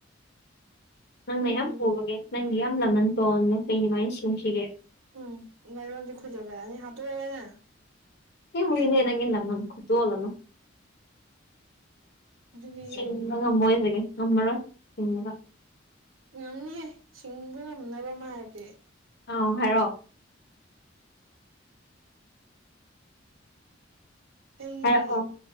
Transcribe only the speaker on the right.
ꯎꯝ
ꯎꯝ ꯉꯔꯃꯦ ꯈꯨꯖꯦꯗ ꯍꯥꯇ ꯑꯣꯏꯔꯦꯅ
ꯑꯗꯨꯗꯤ
ꯉꯝꯅꯤꯍꯦ ꯁꯤꯡꯕ ꯉꯝꯅꯕ ꯑꯃ ꯍꯥꯏꯔꯛꯒꯦ
ꯑꯩ